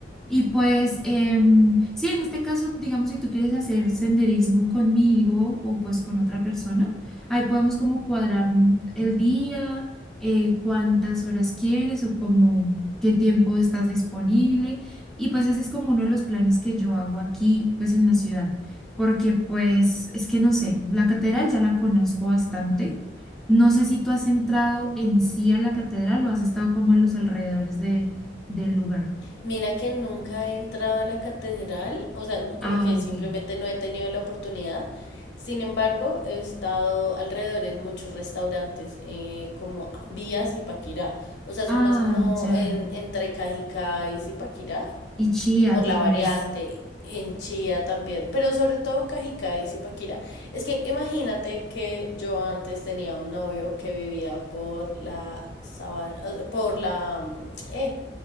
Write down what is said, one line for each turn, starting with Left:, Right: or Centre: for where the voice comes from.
Centre: y pues, em, sí, en este caso, digamos, si tú quieres hacer senderismo conmigo o pues con otra persona, ahí podemos como cuadrar un- el día, eh, cuántas horas quieres o como qué tiempo estás disponible. Y pues ese es como uno de los planes que yo hago aquí, pues en la ciudad, porque pues es que no sé, la catedral ya la conozco bastante. No sé si tú has entrado en sí a la catedral o has estado como a los alrededores de, del lugar.
Left: Mira que nunca he entrado a la catedral, o sea, no- como
Centre: Ah,
Left: que
Centre: ok.
Left: simplemente no he tenido la oportunidad. Sin embargo, he estado alrededor en muchos restaurantes, eh, como Vías y Paquirá. O sea,
Centre: Ah,
Left: son más como
Centre: ya.
Left: en, entre Cajicá y Zipaquirá
Centre: Y chía,
Left: por
Centre: tal
Left: la variante,
Centre: vez.
Left: en Chía también, pero sobre todo Cajicá y Zipaquirá. Es que imagínate que yo antes tenía un novio que vivía por la sabana, por la mm, eh,